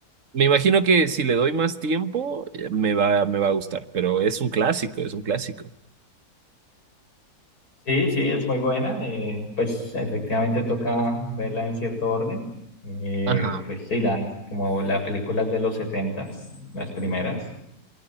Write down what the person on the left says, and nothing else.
Sí, sí, es muy buena. eh, pues efectivamente toca verla en cierto orden. Eh,
pues sí, la, como las películas de los setentas, las primeras,